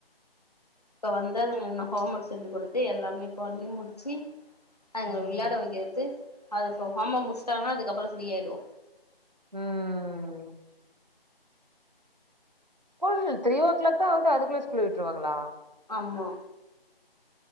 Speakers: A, on the left; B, on the right.
A: இப்ப வந்துங் என்ன ஹோம் ஒர்க் சொல்லிக் கொடுத்து எல்லாமே பண்ணி முடிச்சு அதுங்க
B: ம் ம்
A: விளையாட வைக்கறது அது இப்போ ஹோம் ஒர்க் முடிச்சாங்கா அதுக்கப்பறோ ஃப்ரீயாயிடுவோ
B: ம் ஸ்கூல் த்ரீ ஓ கிளாக் தா ஆகுது அதுக்குள்ள ஸ்கூல் விட்ருவாங்களா
A: ஆமா